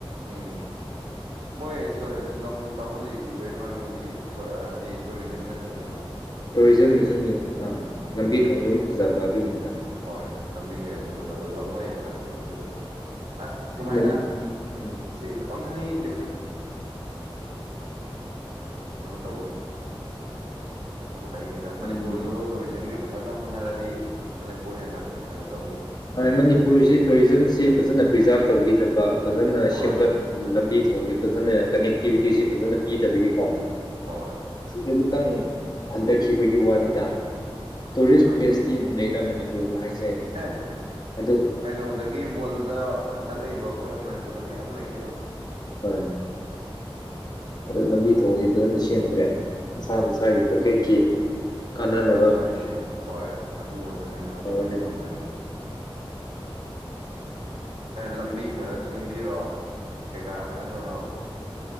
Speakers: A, on the right; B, on the left.
A: ꯎꯝ ꯃꯣꯏ ꯁꯤꯂꯣꯡ ꯆꯥꯎꯈꯠꯂꯛꯏꯕꯒꯤ ꯃꯔꯝꯗꯤ ꯍꯥꯏꯗꯤ ꯇꯨꯔꯤꯖꯝꯅꯅꯤꯗꯅ
B: ꯇꯣꯔꯤꯖꯝꯅ ꯁꯤꯅꯤ ꯑꯥ
A: ꯎꯝ
B: ꯂꯝꯕꯤ ꯊꯣꯡꯁꯨ ꯐꯖꯕ ꯑꯗꯨꯒꯤꯅꯤꯗ
A: ꯍꯣꯏ ꯂꯝꯕꯤ ꯀꯌꯥꯁꯨ ꯐꯖꯕ ꯑꯗꯨꯒ ꯃꯣꯏ ꯏꯟꯐ꯭ꯔꯥꯁ꯭ꯇ꯭ꯔꯛꯆꯔꯁꯨ ꯐꯖ ꯑꯁ ꯁꯨꯃꯥꯏꯅ
B: ꯃꯅꯤ ꯎꯝ
A: ꯩꯅ ꯇ ꯈꯒꯤꯅꯤ ꯃꯅꯤꯄꯨꯔꯁꯨ
B: ꯎꯝ
A: ꯇꯨꯔꯤꯖꯝꯒꯤ ꯐꯖꯅ ꯍꯣꯠꯅꯔꯗꯤ ꯍꯦꯟꯅ ꯀꯩꯅꯣ ꯇꯧꯅꯤ
B: ꯃꯅꯤꯄꯨꯔꯁꯤ ꯇꯨꯔꯤꯖꯝꯁꯤ ꯐꯖꯅ ꯄ꯭ꯔꯤꯖꯥꯕ ꯇꯧꯕꯤꯗꯕ ꯐꯖꯅ
A: ꯍꯣꯏ
B: ꯁꯦꯝꯒꯠ ꯂꯝꯕꯤ ꯊꯣꯡꯁꯤ ꯐꯖꯅ ꯀꯅꯦꯛꯇꯤꯕꯤꯇꯤꯁꯤ ꯐꯖꯅ ꯄꯤꯗꯕꯒꯤꯀꯣ
A: ꯍꯣꯏ
B: ꯁꯤꯗ ꯈꯤꯇꯪ ꯍꯟꯊꯈꯤꯕꯒꯤ ꯋꯥꯅꯤꯗ ꯇꯨꯔꯤꯁ
A: ꯑꯁ
B: ꯄ꯭ꯂꯦꯁꯇꯤ ꯑꯃꯝ ꯂꯩꯇꯥ ꯃꯅꯤꯄꯨꯔꯁꯨ ꯍꯥꯏꯁꯦ ꯍꯥꯏꯗꯤ
A: ꯑꯦ
B: ꯑꯗꯨ
A: ꯀꯩꯅꯣꯗꯒꯤ ꯔꯜꯗ ꯈꯛꯇ ꯂꯩꯕ ꯈꯣꯠ ꯃꯅꯤꯄꯨꯔꯗ ꯃꯌꯥꯝ ꯂꯩ ꯀꯩꯅꯣ
B: ꯍꯣꯏ ꯑꯗ ꯂꯝꯕꯤ ꯊꯣꯡꯁꯦ ꯐꯖꯅ ꯁꯦꯝꯦꯟꯗ꯭ꯔꯦ ꯃꯁꯥ ꯃꯁꯥꯒꯤ ꯄꯣꯀꯦꯠꯀꯤ ꯀꯥꯟꯅꯅꯕ
A: ꯃꯁꯥ ꯃꯁꯥꯒꯤ ꯍꯣꯏ ꯑꯗꯨ ꯈꯛꯇꯅꯤꯅ ꯍꯧꯖꯤꯛ
B: ꯇꯧꯔ
A: ꯀꯩꯅꯣ ꯇꯧꯅꯔꯤꯁꯦ ꯂꯝꯕꯤ ꯐꯖꯅ ꯁꯦꯝꯕꯤꯔꯣ ꯀꯩꯀꯥ ꯐꯖꯅ ꯇꯧꯅꯔꯣ